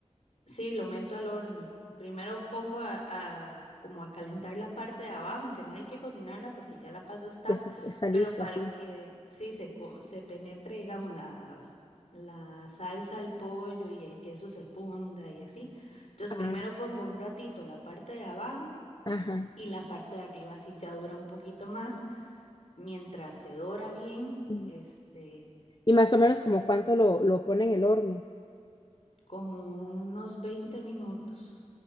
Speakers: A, on the left; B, on the left.
A: Sí, lo meto al horno. Primero pongo a, a- como a calentar la parte de abajo, aunque no hay que cocinarla porque ya la pasa está,
B: Ya se- está lista,
A: pero para
B: sí.
A: que sí se, co- se penetre, digamos, la, la salsa al pollo y el queso se funda y así. Entonces,
B: Ah,
A: primero pongo un ratito la parte de abajo
B: ajá.
A: y la parte de arriba sí ya dura un poquito más, mientras se dora bien,
B: Mm.
A: este,
B: Y más o menos como cuánto lo, lo pone en el horno.
A: como unos 20 minutos.